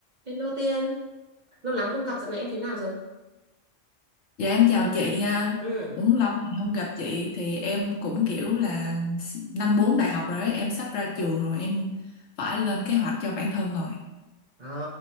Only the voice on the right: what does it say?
Hello Tiên, lâu lắm không gặp, dạo này em thế nào rồi?
Ừ,
Ờ,